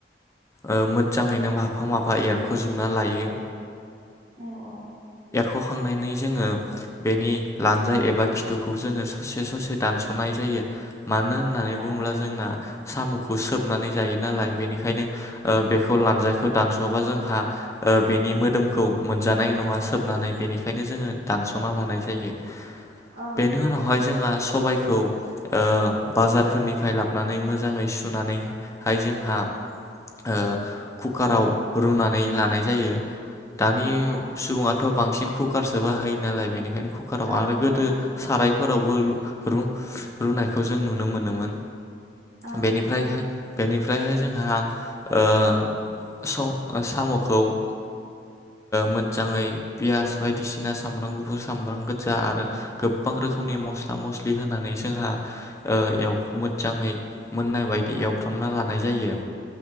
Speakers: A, on the left; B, on the right.
A: ओ <unintelligible> जाङैनो
B: औ
A: माफा माफा <unintelligible> फोजोबना लायो।
B: औ अ।
A: सरखांनायनि जोङो बेनि लानजाय एबा खिथुखौ जोङो स'से स'से दानस'नाय जायो। मानो होननानै
B: औ
A: बुङोब्ला जोंना साम'खौ सोबनानै जायो नालाय बेनिखायनो ओ बेखौ लानजायखौ दानस'वाबा जोंहा ओ बेनि मोदोमखौ मोनजानाय नङा सोबनानै बेनिखायनो जोङो दानस'ना लानाय जायो। बेनि
B: औ नंगौ
A: उनावहाय
B: नोंथां
A: जोंहा सबाय <unintelligible> ओ बाजारफोरनिफ्राय लाबनानै मोजाङै सुनानैहाय जोंहा ओ कुकाराव रुनानै लानाय जायो। दानि
B: औ
A: सुबुङा थ' बांसिन कुकारसो बाहायो नालाय बेनिखायनो कुकाराव
B: औ
A: आरो गोदो
B: औ
A: साराय फोरावबो लु रु-रुनायखो जों नुनो मोनोमोन।
B: औ
A: बेनिफ्रायहाय
B: नंगौ
A: बेनिफ्रायहाय जोंहा ओ स' ओ साम'खौ ओ मोजाङै पियास बायदिसिना सामब्राम गुफुर सामब्राम <unintelligible> जा आरो <unintelligible> बां रोखोमनि
B: औ
A: मस्ला मस्लि <unintelligible> होनानै जोंहा ओ एव मोजाङै मोननाय बायदि एवफ्रामना लानाय जायो।